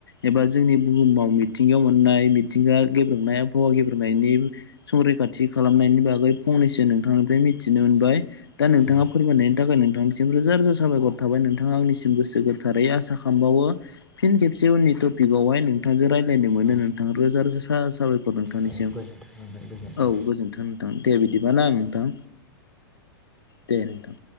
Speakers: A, on the left (about 85°); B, in the centre.
A: एबा जोंनि बुहुमाव मिथिंगायाव मोननाय मिथिंगा गेब्रुंनाय आबहावा गेब्रेंनायनि संरैखाथि खालामनायनि बागै फंनैसो नोंथांनिफ्राय मिथिनो मोनबाय दा नोंथाङा
B: औ
A: फोरमायनायनि थाखाय नोंथां सिम रोजा रोजा साबायखर थाबाय नोंथाङा आंनिसिम गोसो गोथारै आसा खालामबावो फिन खेबसे उननि टपिकावहाय नोंथांजों रायज्लायनो मोनो
B: औ
A: नोंथाङा रोजा रोजा सा साबायखर नोंथांनिसिम
B: औ गोजोन्थों नोंथां गोजोन्थों
A: औ गोजोन्थों नोंथां दे बिदिबा ना आं नोंथां दे नोंथां